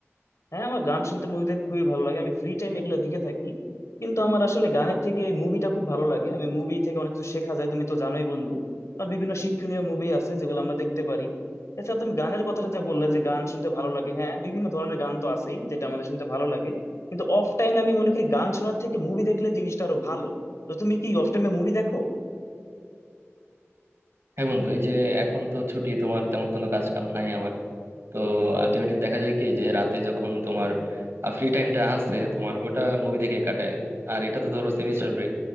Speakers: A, on the left; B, on the right.
A: হ্যাঁ আমার গান শুনতে মুভি দেখতে খুবই ভালো লাগে আমি ফ্রি টাইম এগুলো দেখে থাকি কিন্তু আমার আসলে গানের থেকে এই মুভিটা খুব ভালো লাগে আমি মুভি থেকে অনেক কিছু শেখা যায় তুমি তো জানোই বন্ধু আর বিভিন্ন শিক্ষণীয় মুভি আছে যেগুলো আমরা দেখতে পারি এছাড়া তুমি গানের কথাটা যে বললে যে গান শুনতে ভালো লাগে হ্যাঁ বিভিন্ন ধরনের গান তো আছেই যেটা আমাদের শুনতে ভালো লাগে কিন্তু অফ টাইম আমি মনে করি গান শোনার থেকে মুভি দেখলে জিনিসটা আরো ভালো তো তুমি কি অফ টাইমে মুভি দেখো
B: হ্যাঁ বন্ধু এই যে এখন তো ছুটি তোমার তেমন কোনো কাজ কাম নাই আমার তো আলটিমেটলি দেখা যায় কি যে রাতে যখন তোমার ফ্রি টাইমটা আছে তোমার ওটা মুভি দেখে কাটায় আর কি আর এটা তো ধরো সেমিস্টার ব্রেক